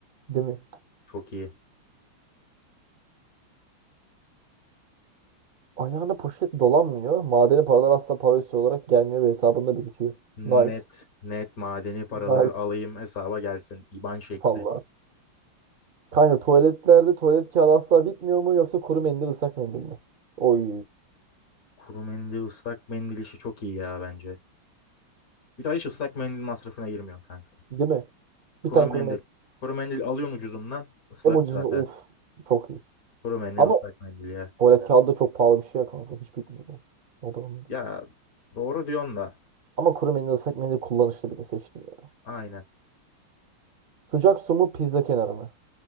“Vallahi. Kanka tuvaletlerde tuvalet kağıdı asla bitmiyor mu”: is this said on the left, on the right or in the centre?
Right